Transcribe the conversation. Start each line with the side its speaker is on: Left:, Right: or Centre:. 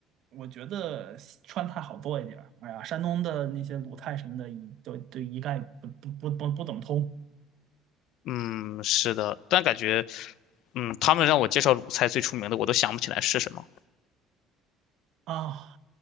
Right: 我觉得西川菜好做一点儿。哎呀，山东的那些鲁菜什么的，一都都一概不不不不不怎么通
Left: 嗯，是的，但感觉，嗯，他们让我介绍鲁菜最出名的，我都想不起来是什么。
Right: 啊。